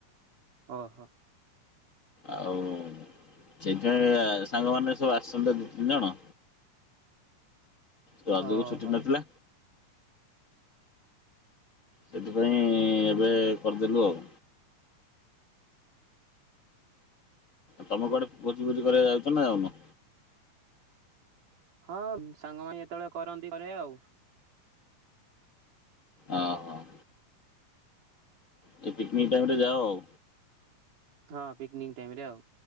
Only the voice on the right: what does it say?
ଓ ହୋ।
ଓହୋ।
ହଁ, ସାଙ୍ଗମାନେ ଯେତେବେଳେ କରନ୍ତି କରେ ଆଉ।
ହଁ, ପିକନିକ ଟାଇମ୍ ରେ ଆଉ।